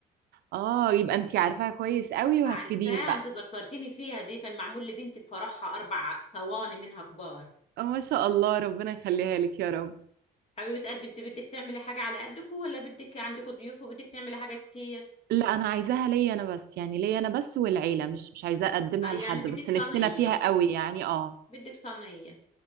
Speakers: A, on the right; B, on the left.
A: اه يبقى انتي عارفاها كويس قوي وهتفيديني
B: عارفاه
A: بقى
B: انت ذكرتني فيها دي كان معمول لبنتي في فرحها أربع صواني منها كبار
A: آه، ما شاء الله ربنا يخليها لك يا رب
B: حبيبة قلبي انت بدك تعملي حاجة على قدكم ولا بدك عندكم ضيوف وبدك تعملي حاجة كتير
A: لا انا عايزاها ليا انا بس يعني ليا انا بس والعيله مش مش عايزاه اقدمها
B: آه يعني
A: لحد
B: بدك
A: بس
B: صينية
A: نفسنا فيها
B: مش كتير
A: قوي يعني اه
B: بدك صينية